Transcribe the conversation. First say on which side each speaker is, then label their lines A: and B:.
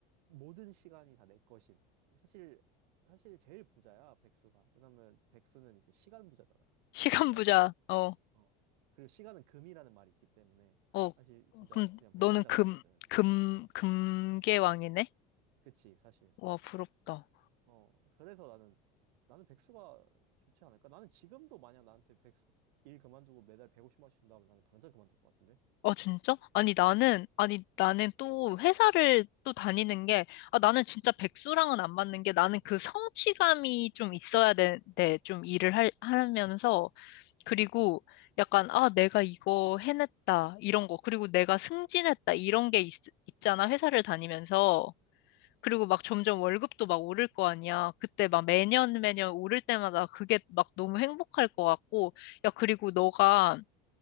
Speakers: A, on the right; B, on the left.
A: 모든 시간이 다 내 것인. 사실 사실 제일 부자야 백수가. 왜냐면 백수는 이제 시간 부자잖아.
B: 시간
A: 그래가지고
B: 부자, 어,
A: 어 그리고 시간은 금이라는 말이 있기 때문에
B: 어,
A: 사실 진짜
B: 그럼
A: 그냥
B: 너는
A: 백만장자거든.
B: 금, 금, 금계왕이네?
A: 그치, 사실.
B: 와, 부럽다.
A: 어, 그래서 나는, 나는 백수가 좋지 않을까? 나는 지금도 만약 나한테 백수, 일 그만두고 매달 150만 원씩 준다면 나는 당장 그만둘 것 같은데?
B: 아, 진짜? 아니, 나는,
A: 음,
B: 아니, 나는 또 회사를 또 다니는 게, 아, 나는 진짜 백수랑은 안 맞는 게 나는 그 성취감이 좀 있어야 되는데, 좀 일을 할, 하면서, 그리고 약간, 아, 내가 이거 해냈다, 이런 거, 그리고 내가 승진했다, 이런 게 있, 있잖아, 회사를 다니면서. 그리고 막 점점 월급도 막 오를 거 아니야. 그때 막 매년 매년 오를 때마다 그게 막 너무 행복할 것 같고, 야, 그리고 너가